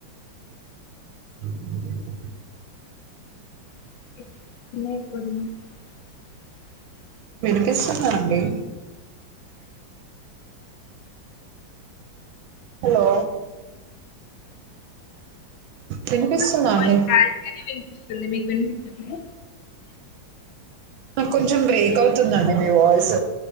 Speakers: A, on the right (about 80°); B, on the left (about 80°).
A: <unintelligible>
B: <inaudible>
A: వినిపిస్తుందా అండి అండి హలో వినిపిస్తుందా
B: ఫోన్
A: అండి
B: లో బ్లాక్ గానే వినిపిస్తుంది మీకు వినిపిస్తుందా
A: నాకు కొంచెం బ్రేక్ అవుతుందండి మీ వాయిస్